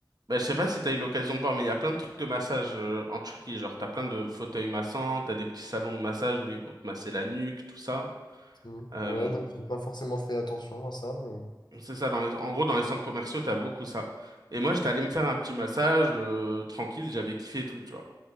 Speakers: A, on the right; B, on the left.
A: Bah, je sais pas si t'as eu l'occasion de voir, mais il y a plein de trucs de massage euh, en Turquie. Genre, t'as plein de fauteuils massants, t'as des petits salons de massage où ils vont te masser la nuque, tout ça.
B: Mm.
A: Euh,
B: Ouais, non, j'ai pas forcément fait attention à ça, mais.
A: c'est ça, dans les- en gros, dans les centres commerciaux, t'as beaucoup ça. Et moi, j'étais allé me faire un petit massage euh, tranquille, j'avais kiffé et tout, tu vois.